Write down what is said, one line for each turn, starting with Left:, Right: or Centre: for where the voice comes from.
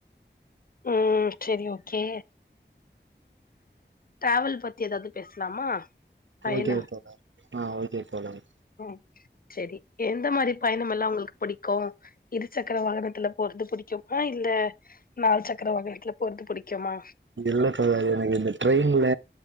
Left: ம் செரி ஓகே டிராவல் பத்தி ஏதாவது பேசலாமா பயணம்
Right: ஓகே தோழர் ஆ ஓகே தோழரே
Left: ம் செரி எந்த மாதிரி பயணம் எல்லாம் உங்களுக் பிடிக்கூ இரு சக்கர வாகனத்துல போறது புடிக்குமா இல்ல நாலு சக்கர வாகனத்துல போறது புடிக்குமா
Right: இது இல்ல தோழர் எனக்கு இந்த ட்ரெயின்ல